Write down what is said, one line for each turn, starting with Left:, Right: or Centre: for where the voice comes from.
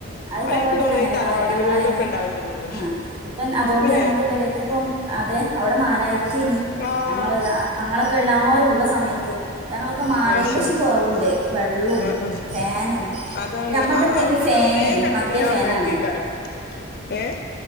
Right: അത് തറവാട്ടില്ല
Left: എനിക്ക് തോന്നുന്നു
Right: അങ്ങനെ
Left: ഈ തറവാട്
Right: ഞങ്ങളായന്ന്
Left: വീടുകളിലൊക്കെ ഉണ്ടാവല്ണ്ട് തോന്ന്ണ്
Right: ആ ഇപ്പം അതുകൊണ്ട്
Left: അല്ലേ
Right: ഞങ്ങളുടെ പേരത്തപ്പം അതെ അവിടെ നാലായിരത്തി
Left: ആഹ്
Right: ഞങ്ങള് ഞങ്ങളൊക്കെ എല്ലാരുംള്ള സമയത്ത് ഞങ്ങളൊക്കെ മാറിയെന്റെ
Left: അത് ശരി
Right: ശേഷം കുറവുണ്ട് വെള്ളം
Left: ആഹ് ആഹ്
Right: ഫാനും
Left: അതാണ്
Right: നമ്മളതൊക്കെ
Left: അവിടെ
Right: ഇ ഫാനേ
Left: വെറുതെ കറണ്ട്
Right: മറ്റേ
Left: ബില്ലാവുന്നായിരിക്കേക്കാരം
Right: ഫാനാണ്
Left: ഏഹ്